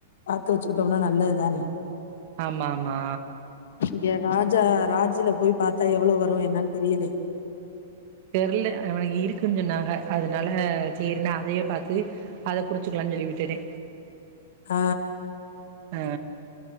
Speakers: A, on the left (about 70°); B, on the right (about 50°).
A: பாத்து வச்சுகிட்டோம்னா நல்லதுதானே
B: ஆமாமா
A: இங்க ராஜா ராஜ்ல போய் பாத்தா எவ்ளவரு என்னான் தெரியலையே
B: தெர்ல அவ இருக்குன்னு சொன்னாக அதனால சேரினு அதையே பாத்து அத குறிச்சுக்கலான் சொல்லி விட்டுட்டே
A: ஆ
B: அ அ